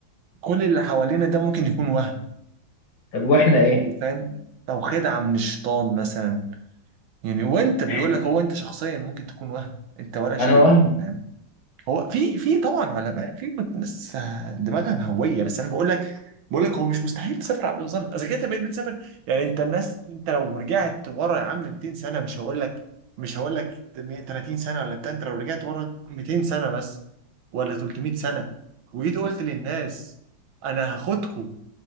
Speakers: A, on the right (about 80°); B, on the left (about 75°).
A: كل اللي حوالينا ده ممكن يكون وهم
B: طب واحنا ايه
A: او فاهم او خدعه من الشيطان مثلا يعني وانت بيقول
B: احنا
A: لك هو انت شخصيا ممكن تكون وهم انت ولا شيء
B: انا وهم
A: فاهم؟ هو في في طبعا علماء في ناس دماغها مهويه بس انا بقول لك بقول لك هو مش مستحيل تسافر عبد الوزن اذا كنت بقيت بتسافر يعني انت الناس انت لو رجعت ورا يا عم 200 سنه مش هقول لك مش هقول لك 30 سنه ولا بتاع انت لو رجعت ورا 200 سنه بس ولا 300 سنه وجيت قلت للناس انا هاخدكم